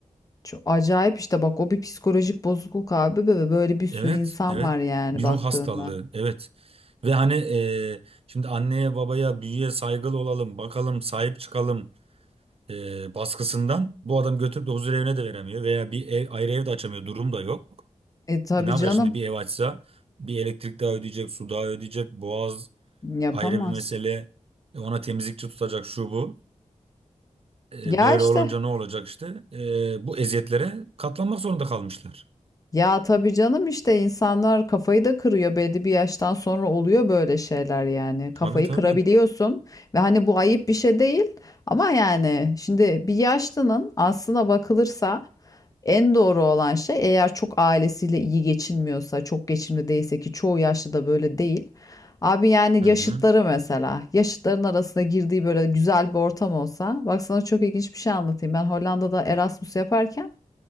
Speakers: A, on the left (about 30°); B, on the right (about 50°).
A: Çok acayip işte bak o bir psikolojik bozukluk abi ve böyle bir sürü
B: Evet
A: insan
B: evet
A: var yani
B: bir
A: baktığında.
B: ruh hastalığı evet. Ve hani e, şimdi anneye babaya büyüye saygılı olalım bakalım sahip çıkalım e, baskısından bu adam götürüp de huzur evine de veremiyor veya bir ev, ayrı ev de açamıyor durum da yok.
A: E tabii
B: E ne yapacak
A: canım.
B: şimdi bir ev açsa bir elektrik daha ödeyecek, su daha ödeyecek, boğaz
A: Yapamaz.
B: ayrı bir mesele. E ona temizlikçi tutacak şu bu. E
A: Ya
B: böyle
A: işte
B: olunca ne olacak işte? E bu eziyetlere katlanmak zorunda kalmışlar.
A: Ya tabii canım işte insanlar kafayı da kırıyor belli bir yaştan sonra oluyor böyle şeyler yani.
B: Tabii
A: Kafayı
B: tabii.
A: kırabiliyorsun ve hani bu ayıp bir şey değil ama yani şimdi bir yaşlının aslına bakılırsa en doğru olan şey eğer çok ailesiyle iyi geçinmiyorsa, çok geçimli değilse ki çoğu yaşlı da böyle değil. Abi yani
B: Hı
A: yaşıtları
B: hı.
A: mesela, yaşıtların arasında girdiği böyle güzel bir ortam olsa, bak sana çok ilginç bir şey anlatayım. Ben Hollanda'da Erasmus yaparken